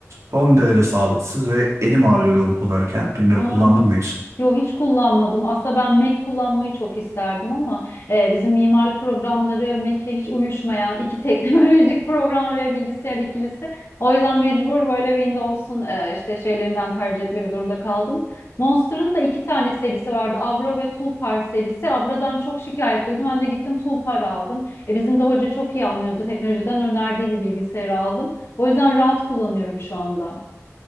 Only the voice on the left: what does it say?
Aa,
yo hiç kullanmadım. Aslında ben Mac kullanmayı çok isterdim ama e, bizim mimarlık programları Mac'le hiç uyuşmayan iki <laughs> teknolojik program ve bilgisayar ikilisi. O yüzden mecbur böyle Windows'un e, işte şeylerinden tercih etmek zorunda kaldım. Monster'ın da iki tane serisi vardı. Abra ve Tulpar serisi. Abra'dan çok şikayet duydum. Ben de gittim Tulpar aldım. E, bizim de hoca çok iyi anlıyordu. Teknolojiden önerdiği bir bilgisayarı aldım. O yüzden rahat kullanıyorum şu anda.